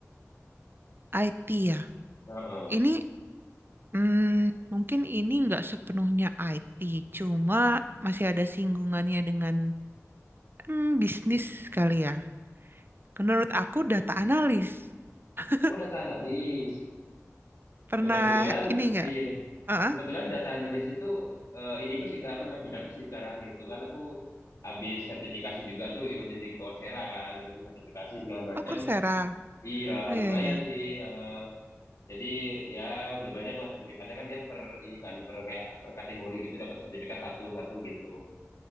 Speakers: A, on the right (about 45°); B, on the left (about 85°).
A: IT ya.
B: Heeh.
A: Ini hmm, mungkin ini nggak sepenuhnya IT, cuma masih ada singgungannya dengan hmm, bisnis kali ya. Menurut aku data analis. <laughs>
B: Oh data analis.
A: Pernah
B: Kebetulan,
A: ini nggak?
B: iya.
A: Heeh.
B: Kebetulan data analis itu eh, iniku sih Kak, apa namanya bidangku sih sekarang gitu kan aku habis sertifikasi juga tuh ngikutin di Coursera kan, ngikutin sertifikasi segala macam.
A: Oh, Coursera.
B: Iya,
A: Oh iya,
B: lumayan
A: iya.
B: sih. eh, jadi ya udah banyak lah sertifikatnya kan dia per ini kan per kayak per kategori gitu dapat sertifikat satu-satu gitu.